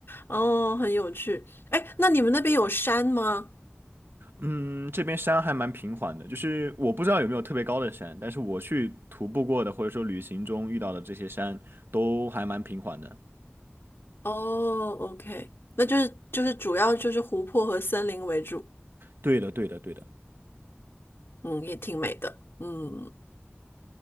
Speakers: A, on the left; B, on the right.
A: 哦，很有趣。哎，那你们那边有山吗？
B: 嗯，这边山还蛮平缓的，就是我不知道有没有特别高的山，但是我去徒步过的或者说旅行中遇到的这些山都还蛮平缓的。
A: 哦，OK，那就是就是主要就是湖泊和森林为主，
B: 对的，对的，对的。
A: 嗯，也挺美的，嗯，